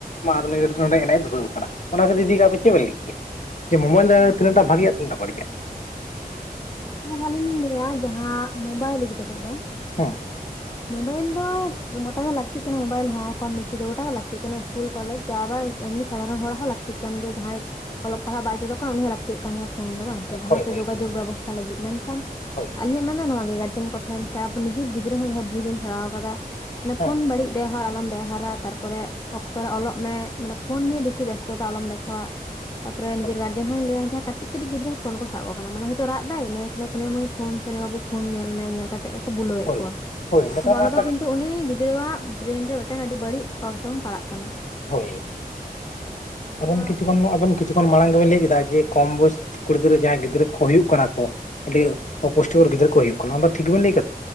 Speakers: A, on the left; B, on the left.
A: ᱢᱟ ᱟᱫᱚ ᱩᱱᱤ
B: ᱦᱳᱭ
A: ᱜᱤᱫᱽᱨᱟᱹ ᱱᱚᱸᱰᱮ ᱮᱱᱮᱡ ᱮ ᱫᱷᱩᱨᱟᱹᱣ ᱠᱟᱱᱟ ᱾ ᱚᱱᱟ ᱠᱚ ᱤᱫᱤ ᱫᱤᱭᱮ ᱟᱵᱮᱱ ᱪᱮᱫ ᱵᱮᱱ ᱞᱟᱹᱭ ᱜᱮᱭᱟ ᱡᱮ ᱢᱳᱵᱟᱭᱤᱞ ᱨᱮ
B: ᱮᱠᱫᱚᱢ
A: ᱫᱚ ᱛᱤᱱᱟᱜ ᱴᱟ
B: ᱮᱠᱫᱚᱢ
A: ᱵᱷᱟᱜᱤᱭᱟ ᱛᱤᱱᱟᱹᱜ ᱴᱟ ᱵᱟᱲᱤᱡᱼᱟ?
B: ᱢᱤᱫᱴᱟᱝ ᱦᱟᱞᱤᱧ ᱞᱟᱹᱭᱼᱟ ᱡᱟᱦᱟᱸ ᱢᱳᱵᱟᱭᱤᱞ ᱤᱫᱤ ᱠᱟᱛᱮᱜ ᱫᱚ
A: ᱦᱮᱸ
B: ᱢᱳᱵᱟᱭᱤᱞ ᱫᱚ ᱜᱚᱴᱟ ᱜᱮ ᱞᱟᱠᱛᱤᱜ ᱠᱟᱱᱟ ᱢᱳᱵᱟᱭᱤᱞ ᱦᱚᱸ ᱾ ᱠᱚᱢ ᱵᱮᱥᱤ ᱫᱚ ᱜᱚᱴᱟ ᱜᱮ ᱞᱟᱹᱠᱛᱤᱜ ᱠᱟᱱᱟ ᱤᱥᱠᱩᱞ ᱠᱚᱞᱮᱡ ᱟᱵᱟᱨ ᱮᱢᱱᱤ ᱥᱟᱫᱷᱟᱨᱚᱱ ᱦᱚᱲ ᱦᱚᱸ ᱞᱟᱹᱠᱛᱤᱜ ᱠᱟᱱ ᱜᱮᱭᱟ ᱡᱟᱸᱦᱟᱭ ᱚᱞᱚᱜ ᱯᱟᱲᱦᱟᱜ ᱵᱟᱭ ᱪᱮᱫᱚᱜ ᱠᱟᱱᱟ ᱩᱱᱤ-ᱭᱟᱜ ᱦᱚᱸ ᱞᱟᱹᱠᱛᱤᱜ ᱠᱟᱱ ᱜᱮᱭᱟ ᱾ ᱯᱷᱳᱱ ᱫᱚ ᱵᱟᱝ ᱡᱟᱦᱟᱸ
A: ᱦᱳᱭ
B: ᱥᱮ
A: ᱦᱳᱭ
B: ᱡᱳᱜᱟᱡᱳᱜ ᱵᱮᱵᱚᱥᱛᱷᱟ ᱞᱟᱹᱜᱤᱫ ᱢᱮᱱᱠᱷᱟᱱ
A: ᱦᱳᱭ
B: ᱟᱹᱞᱤᱧᱟᱜ ᱢᱮᱱ ᱫᱚ ᱱᱚᱣᱟ ᱜᱮ ᱜᱟᱨᱡᱮᱱ ᱠᱚ ᱴᱷᱮᱱ ᱟᱵᱚ ᱱᱤᱡᱮᱨ ᱜᱤᱫᱽᱨᱟᱹ ᱦᱚᱸ ᱡᱟᱦᱟᱸᱭ ᱵᱩᱡ ᱮᱢ ᱥᱮᱬᱟ ᱟᱠᱟᱫᱟ ᱢᱟᱱᱮ
A: ᱦᱮᱸ
B: ᱯᱷᱳᱱ ᱵᱟᱹᱲᱤᱡ ᱵᱮᱣ ᱟᱨ ᱟᱞᱚᱢ ᱵᱮᱣᱦᱟᱨᱟ ᱟᱨ ᱛᱟᱨᱯᱚᱨᱮ ᱚᱠᱛᱚ ᱨᱮ ᱚᱞᱚᱜ ᱢᱮ ᱢᱟᱱᱮ ᱯᱷᱳᱱ ᱱᱤᱭᱮ ᱵᱮᱥᱤ ᱵᱮᱥᱛᱚᱛᱟ ᱟᱞᱚᱢ ᱫᱮᱠᱷᱟᱣᱟ ᱾ ᱛᱟᱯᱚᱨᱮ ᱱᱤᱡᱮᱨ
A: ᱦᱳᱭ
B: ᱜᱟᱨᱡᱮᱱ ᱦᱚᱸᱧ ᱞᱟᱹᱭ ᱡᱟᱦᱟᱸ ᱠᱟᱹᱴᱤᱡ ᱠᱟᱹᱴᱤᱡ ᱜᱤᱫᱽᱨᱟᱹ ᱦᱚᱸ ᱯᱷᱳᱱ ᱠᱚ ᱥᱟᱵ ᱠᱚ ᱠᱟᱱᱟ ᱢᱟᱱᱮ ᱦᱚᱭᱛᱳ ᱨᱟᱜ ᱫᱟᱭ ᱱᱮ ᱛᱟᱦᱞᱮ ᱱᱮ ᱢᱟᱹᱭ ᱯᱷᱳᱱ, ᱥᱮ ᱱᱮ ᱵᱟᱵᱩ ᱯᱷᱳᱱ ᱧᱮᱞ ᱢᱮ ᱧᱮᱞ ᱠᱟᱛᱮ ᱵᱩᱞᱟᱹᱣᱮᱫ
A: ᱦᱳᱭ
B: ᱠᱚᱣᱟ
A: ᱦᱳᱭ ᱱᱮᱛᱟᱨ ᱢᱟ
B: ᱚᱱᱟ ᱫᱚ ᱠᱤᱱᱛᱩ ᱛᱚ ᱩᱱᱤ ᱜᱤᱫᱽᱨᱟᱹᱣᱟᱜ ᱵᱨᱮᱱ ᱨᱮ ᱢᱤᱫᱴᱟᱝ ᱟᱹᱰᱤ ᱵᱟᱹᱲᱤᱡ ᱚᱨᱥᱚᱝ ᱯᱟᱲᱟᱜ ᱠᱟᱱᱟ ᱾
A: ᱦᱳᱭ
B: ᱱᱚᱣᱟ
A: ᱟᱵᱮᱱ ᱠᱤᱪᱷᱩᱜᱟᱱ ᱟᱵᱮᱱ ᱠᱤᱪᱷᱩᱠᱷᱚᱱ ᱢᱟᱲᱟᱝ ᱜᱮᱵᱮᱱ ᱞᱟᱹᱭ ᱠᱮᱫᱟ ᱡᱮ ᱠᱚᱢ ᱵᱚᱭᱮᱥ ᱠᱩᱲᱤ ᱜᱤᱫᱽᱨᱟᱹ ᱡᱟᱦᱟᱸᱭ ᱜᱤᱫᱽᱨᱟᱹ ᱠᱚ ᱦᱩᱭᱩᱜ ᱠᱟᱱᱟ ᱠᱚ ᱟᱹᱰᱤ ᱚᱼᱯᱩᱥᱴᱤᱠᱚᱨ ᱜᱤᱫᱽᱨ ᱠᱚ ᱦᱩᱭᱩᱜ ᱠᱟᱱᱟ ᱚᱱᱟ ᱴᱷᱤᱠ ᱜᱤᱵᱤᱱ ᱵᱤᱱ ᱞᱟᱹᱭ ᱠᱟᱫᱟ ᱾